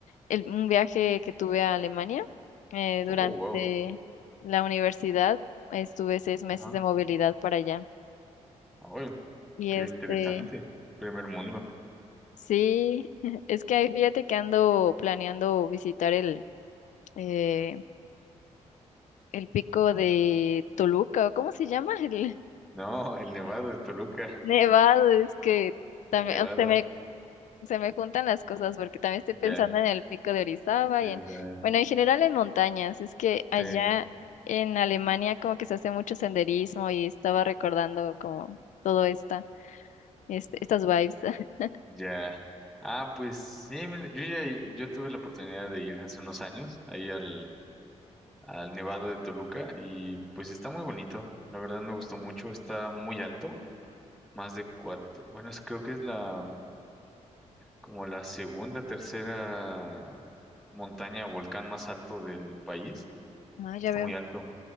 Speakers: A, on the left (about 75°); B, in the centre.
A: el- un viaje que tuve a Alemania eh,
B: Oh,
A: durante
B: wow,
A: la universidad. Estuve seis meses
B: ajá,
A: de movilidad para allá.
B: oh,
A: Y
B: qué
A: este,
B: interesante, primer mundo.
A: sí, <laughs> es que ahí fíjate que ando planeando visitar el, eh, el pico de Toluca, ¿o cómo se llama? <laughs> El,
B: No, el Nevado de Toluca,
A: Nevado, es que también
B: el Nevado,
A: se me, se me juntan las cosas porque también estoy
B: ya,
A: pensando en el pico de Orizaba
B: de
A: y en,
B: esa-
A: bueno, en general en montañas. Es que allá
B: sí,
A: en Alemania como que se hace mucho senderismo y estaba recordando como todo esta, este, estas vibes. <laughs>
B: ya. Ah, pues sí, mira, yo ya, yo tuve la oportunidad de ir hace unos años ahí al, al Nevado de Toluca y pues está muy bonito, la verdad me gustó mucho, está muy alto, más de cuatro, bueno, es- creo que es la como la segunda, tercera montaña, volcán más alto del país.
A: Ah, ya
B: Está
A: veo.
B: muy alto.